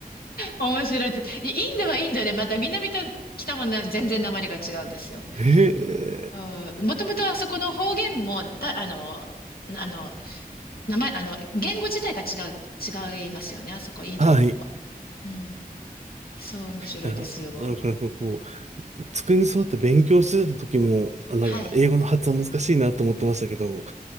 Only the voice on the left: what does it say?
面白いです。でインドはインドでまた南と北もな全然訛りが違うんですよ。
もともとあそこの方言も、
だ、あの、あの、名前、あの、言語自体が違う、違いますよね。あそこ、インドの方は。
うんそう、面白いですよ。
はい。